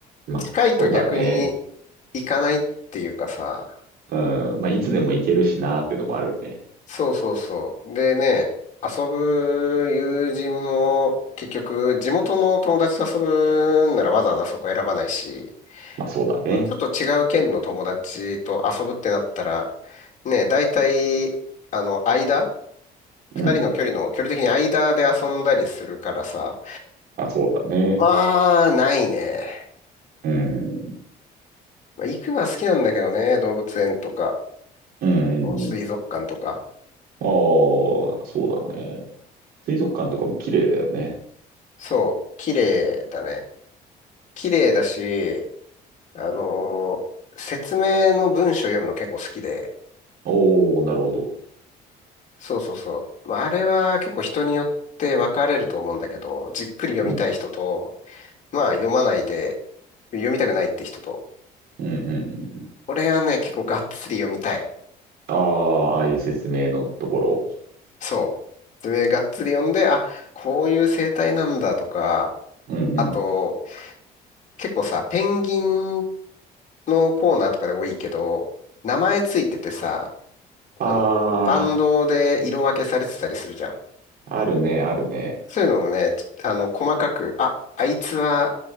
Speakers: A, on the right; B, on the left.
A: まあ、
B: 近いと逆に
A: そうだね。
B: 行かないっていうかさ、
A: うん。まあ、いつでも行けるしなーってのもあるね。
B: そうそうそう。でね、遊ぶ友人も結局地元の友達と遊ぶんならわざわざそこ選ばないし、
A: まあ、そうだね。
B: ちょっと違う県の友達と遊ぶってなったら、ね、大体、あの、間、二人の距離の、
A: うんうん。
B: 距離的に間で遊んだりするからさ、
A: まあ、そうだね。
B: まあ、ないね。
A: うん。
B: まあ行くのは好きなんだけどね、動物園とか、
A: うん。
B: 水族館とか。
A: ああ、そうだね。水族館とかも綺麗だよね。
B: そう、綺麗だね。綺麗だし、あのー説明の文章読むの結構好きで、
A: おお、なるほど。
B: そうそうそう。まあ、あれは結構人によって分かれると思うんだけど、じっくり読みたい人と、
A: うん。
B: まあ読まないで、読みたくないって人と、
A: うんうんうんうん。
B: 俺はね、結構がっつり読みたい。
A: ああ、ああいう説明のところ。
B: そう。説明がっつり読んで、あ、こういう生態なんだとか、
A: うんうん。
B: あと、結構さ、ペンギンのコーナーとかで多いけど、名前ついててさ、
A: あ
B: あの、バンドで色分けされてたりするじゃん。
A: あ、あるね、あるね。
B: そういうのもね、あの、細かく、あ、あいつは